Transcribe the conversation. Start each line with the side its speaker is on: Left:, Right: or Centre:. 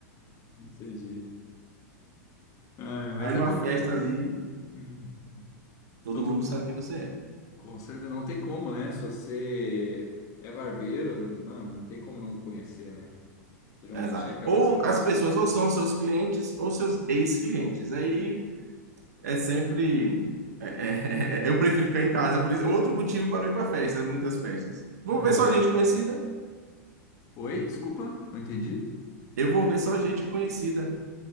Left: entendi. Ah, mas
Right: Vai
Left: acontece.
Right: numa festa ali,
Left: Uhum.
Right: todo
Left: Todo,
Right: mundo sabe quem você é.
Left: com certeza, não tem como, né? Se você é barbeiro, mano, não tem como não conhecer, né? Geralmente
Right: É Exato.
Left: acaba
Right: Ou
Left: sendo
Right: as
Left: conhecido
Right: pessoas
Left: por tudo.
Right: ou são seus clientes ou seus ex-clientes. Aí é sempre. é- é- <laughs> eu prefiro ficar em casa, por isso. é Outro motivo para não ir para festa, né, muitas festas. Vou
Left: Uhum.
Right: ver só gente conhecida.
Left: Oi, desculpa, não entendi?
Right: Eu vou ver só gente conhecida.